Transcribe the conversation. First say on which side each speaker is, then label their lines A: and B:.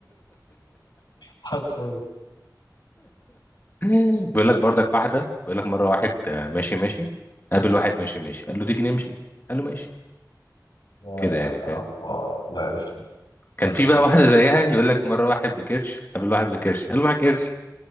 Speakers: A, on the left; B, on the left.
A: حرفيا
B: <laughs> بيقول لك برضك واحده بيقول لك مره واحد ماشي ماشي قابل واحد ماشي ماشي قال له تيجي نمشي قال له ماشي
A: يا
B: كده يعني فاهم
A: الله لا عرفت
B: كان
A: أقول
B: في
A: لك
B: بقى واحدة زيها يقول لك مرة واحد بكرش قابل واحد بكرش قال له معاك قرش